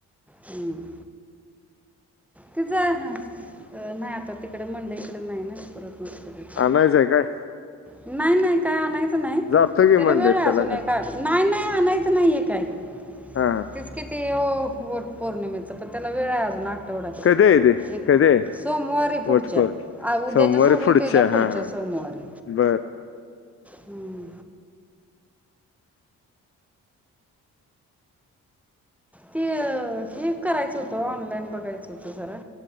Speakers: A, in the centre; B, on the left.
A: हम. तिज हा आ नाही आता तिकड मंडई कडं नाई ना आता परत.
B: आणायचं आहे काय
A: नाही नाही काय आणा नाही
B: जातो की
A: त्याला
B: मंडईत
A: वेळ ये
B: त्याला
A: अजून
B: काय
A: एक आ नाही नाही आणायच नाहीेये काई
B: हा हा
A: तेच कि ती ओ पौर्णिमेचा पण त्याला वेळ ये अजून आ आठवडा
B: कधी आहे ते
A: एक
B: कधी आहे
A: सोमवारी पुढच्या
B: वटपर
A: आ उद्याच्या
B: सोमवारी
A: सोडून त्याच्या पुढच्या
B: हा हा
A: सोम हो अरे
B: बर
A: हुं. ती हे करायचं होतं ओ ऑनलाईन बघायचं होतं जरा.